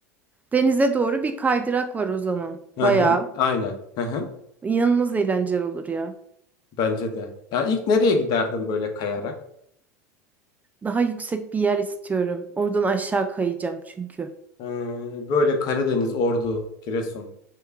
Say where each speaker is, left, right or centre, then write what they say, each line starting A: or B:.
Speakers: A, on the right; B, on the left.
A: Denize doğru bir kaydırak var o zaman.
B: Hı
A: Bayağı
B: hı. Aynen. Hı hı.
A: inanılmaz eğlenceli olur ya.
B: Bence de. Ya ilk nereye giderdim böyle kayarak?
A: Daha yüksek bir yer istiyorum. Oradan aşağı kayacağım çünkü.
B: Ee, böyle Karadeniz, Ordu, Giresun,